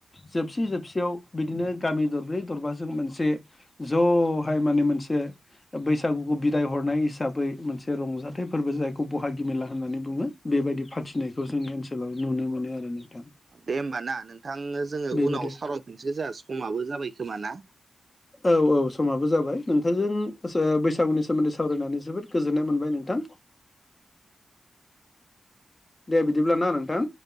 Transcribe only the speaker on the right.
दे होमबा ना नोंथांनो जोङो
उनाव सावरायफिनसै जोंहा समाबो जाबाय खोमा ना